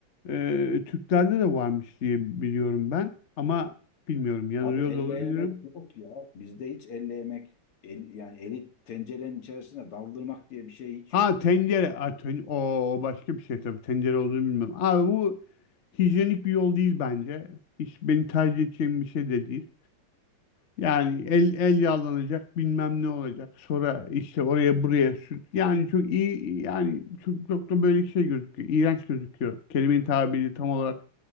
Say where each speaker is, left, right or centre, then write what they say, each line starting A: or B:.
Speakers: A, on the left; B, on the left.
A: e, Türklerde de varmış diye biliyorum ben. Ama bilmiyorum yanılıyor
B: Abi elle
A: da olabilirim.
B: yemek yok ya. Bizde hiç elle yemek el- yani eli tencerenin içerisine daldırmak diye bir şey hiç
A: Ha
B: yok.
A: tencere. Ha, ten o, o başka bir şey tabii. Tencere olduğunu bilmiyorum. Abi bu hijyenik bir yol değil bence. Hiç beni tercih edeceğim bir şey de değil. Yani el el yağlanacak bilmem ne olacak. Sonra işte oraya buraya sür. Yani çok iyi yani çok, çok da böyle şey gözüküyor. İğrenç gözüküyor. Kelimenin tabiri tam olarak